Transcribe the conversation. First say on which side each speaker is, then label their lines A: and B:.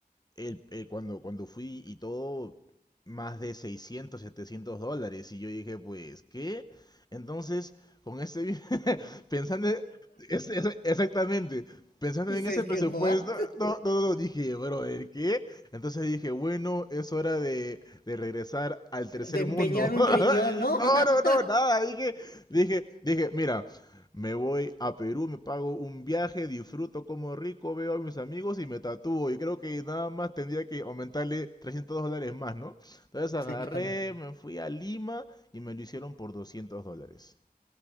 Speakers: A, on the left; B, on the left.
A: el, el- cuando, cuando fui y todo, más de 600 700 dólares. Y yo dije, pues, ¿qué? Entonces, con ese, vi- <laughs> pensando, e- es- es- exactamente, pensando
B: Pues
A: en ese
B: Es
A: presupuesto,
B: que, what?
A: no, no, no, dije, brother, ¿qué? Entonces dije, bueno, es hora de, de regresar al tercer
B: De empeñar
A: mundo.
B: un
A: <laughs>
B: riñón, ¿no?
A: No,
B: <laughs>
A: no, no, nada, dije, dije, dije, mira, me voy a Perú, me pago un viaje, disfruto como rico, veo a mis amigos y me tatúo. Y creo que nada más tendría que aumentarle 300 dólares más, ¿no? Entonces agarré,
B: Sí, claro.
A: me fui a Lima y me lo hicieron por 200 dólares.